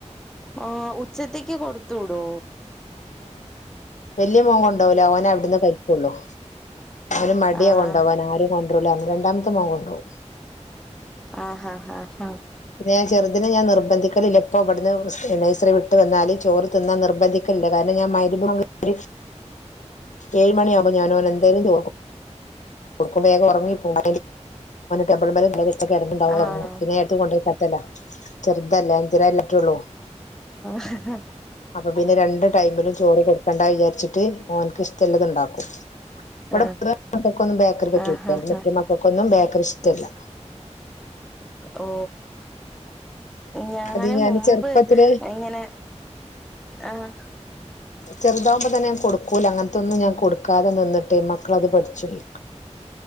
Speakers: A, in the centre; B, on the left (about 85°).
A: ഓ ഉച്ചത്തേക്ക് കൊടുത്തുവിടോ
B: വലിയ മോങ്കണ്ടോവൂല ഓനവിടുന്ന് കഴിക്കുള്ളു ഓന് മടിയ
A: ആഹ്
B: കൊണ്ടുപോവാൻ ആരും കൊണ്ടരൂല രണ്ടാമത്തെ മോൻ കൊണ്ടു പോകും
A: ആഹഹ ആഹ് ആഹ
B: പിന്നെഞാൻ ചെറുതിനെ ഞാൻ നിർബന്ധിക്കലില്ല ഇപ്പോ ഇവിടുന്ന് നഴസറി വിട്ട് വന്നാല് ചോറ് തിന്നാ നിർബന്ധിക്ക ല്ല കാരണം ഞാൻ മഗ്‌രിബ് ബാങ്ക്‌ ഏഴ് മണിയാവുമ്പോ ഞാന് ഓനന്തായാലും ചോറ് കൊടുക്കും കൊടുക്കും, വേഗം ഉറങ്ങിപോവും ടബിളിലക്കെ തലവെച്ചു‌കിടന്നുണ്ടാവും
A: ആണോ
B: ഉറങ്ങും, പിന്നെ ഞാൻ ണ്ടോയിക്കെടത്തല ചെറുതല്ലേ അഞ്ചരല്ലേ ആയിട്ടുള്ളൂ
A: ഹ് ഹ്
B: അപ്പൊ പിന്നെ രണ്ട് ടൈമിലും ചോറ് കൊടുക്കേണ്ട വിചാരിച്ചിട്ട് ഓൻക്ക് ഇഷ്ടമുള്ളത്ണ്ടാക്കും. ഇവിടെ
A: ആഹ്
B: പൊതുവെ മക്കൾക്കൊന്നും ബേക്കറി പറ്റൂല
A: ആഹ് ആഹ്
B: എന്റെ മറ്റേ മക്കൾക്കൊന്നും ബേക്കറി ഇഷ്ടല്ല.
A: ഓ ഞാന്
B: അത് ഞാൻ
A: മുമ്പ്
B: ചെറുപ്പത്തില്
A: ഇങ്ങനെ ആഹ
B: ചെറുതാകുമ്പോ തന്നെ ഞാൻ കൊടുക്കൂല അങ്ങനത്തൊന്നും ഞാൻ കൊടുക്കാതെ നിന്നിട്ട് മക്കള അത് പഠിച്ചുപോയി